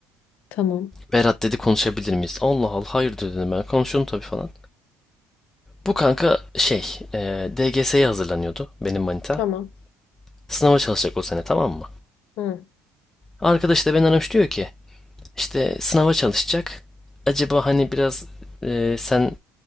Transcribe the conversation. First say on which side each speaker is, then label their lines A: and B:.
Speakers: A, on the left; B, on the left.
A: Tamam,
B: Berat dedi konuşabilir miyiz? Allah Allah hayır diyor dedim ben. Konuşurum tabii falan. Bu kanka şey e, DGS'ye hazırlanıyordu benim manita.
A: tamam.
B: Sınava çalışacak o sene tamam mı?
A: Hı.
B: Arkadaş da beni aramış diyor ki işte sınava çalışacak. Acaba hani biraz e, sen